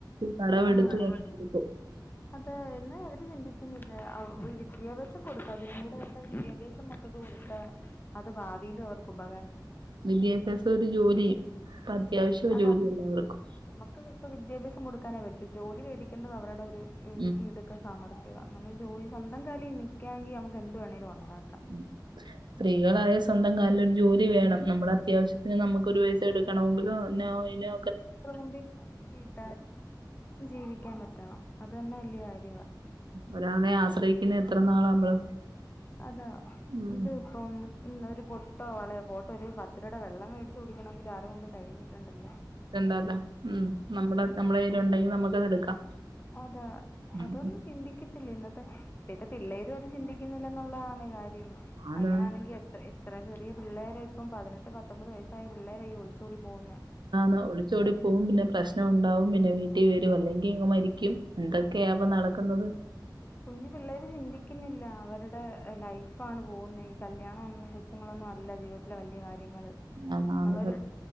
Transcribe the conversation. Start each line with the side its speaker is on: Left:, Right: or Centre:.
Right: കടമെടുത്തു
Left: ആഹ ഒരു
Right: കൊടുക്കും
Left: കട അത എന്ന് അവര് ചിന്തിക്കുന്നില്ല വിദ്യാഭ്യാസം കൊടുക്കതിന് ടെ നല്ല വിദ്യാഭ്യാസം മക്കക്ക് കൊടുത്ത അത് ഭാവിയില് ഓർക്ക് ഉപ
Right: വിദ്യാഭ്യാസ ഒരു ജോലി ഇപ്പൊ അത്യാവശ്യം
Left: അതാ
Right: ജോലി എല്ലാവർക്കും
Left: നമുക്ക് ഇപ്പൊ വിദ്യാഭ്യാസം കൊടുക്കാനേ പറ്റൂ ജോലി വേടിക്കേണ്ടത് അവരുടെ ഒരു ഹ്
Right: ഉം
Left: മിടു സമർത്ഥ്യവാ അങ്ങനെ ഒരു ജോലി സ്വന്തം കാലിൽ നിൽക്കാെങ്കൽ നമുക്ക് എന്ത് വേണേങ്കിലും ഉണ്ടാക്കാം
Right: <inaudible> സ്ത്രീകളായ സ്വന്തം കാലിൽ ഒരു ജോലി വേണം നമ്മുടെ അത്യാവശ്യത്തിന് നമുക്ക്ൊ ഒരു പൈസ എടുക്കണമെങ്കിലും എന്നന്ന
Left: <unintelligible> കീട്ടാ ജീവിക്കാൻ പറ്റാാം അത് തന്നെ വലിയ കാര്യമാണ്
Right: ഒരാളെ ആശ്രയിക്കുന്ന എത്ര നാളാ നമ്മള്
Left: അതാ
Right: ഉം
Left: ഇത് ഇപ്പം ഉ ഒരു പൊട്ടോ വളയോ പോൊട്ട ഒരു പത്തരൂപരട വെള്ളം മേടിച്ച് കുടിക്കണമെങ്കിൽ മു മ്പ് കൈ നീട്ടണ്ടല്ലോ
Right: ന്താല്ല ഉ നമ്മുടെ നമ്മുടെ കയ്ല ഉണ്ടെങ്കിൽ നമുക്ക്ത് എടുക്കാം
Left: അതാ
Right: ഉം
Left: അതൊന്ന ചിന്തിക്കത്തില്ല ഇന്നത്തെ ഇപ്പഴത്തെ പിള്ളേരും അത് ചിന്തിക്കുന്നില്ല എന്നുള്ളതാണ് കാര്യം
Right: ആണ്
Left: അങ്ങനാണെങ്കിൽ എത്ര എത്ര ചെറിയ പിള്ളേരെ ഇപ്പം പതിനെട്ട് പത്തൊമ്പത് വയസ്സായ പിള്ളേര ഈ ഒളിച്ചോടി പോകുന്നേ
Right: ആന്ന് ഒളിച്ചോടി പോവും പിന്നെ പ്രശ്നഉണ്ടാവും പിന്നെ വീട്ടിൽ വെരു അല്ലെങ്കിങ് മരിക്കും ന്തൊക്കെയപ്പൊ നടക്കുന്നത്
Left: കുഞ്ഞു പിള്ളേര് ചിന്തിക്ക്ന്നില്ല അവരുടെ ലൈഫാണ് പോകുന്നെ ഈ കല്യാണ ഒന്നും ഷ്യങ്ങളൊന്നും അല്ല ജീവിതത്തിലെ വെല്ല്യെ കാര്യങ്ങള്
Right: ആന്ന് ആന്ന്
Left: നല്ലൊരു
Right: സത്യം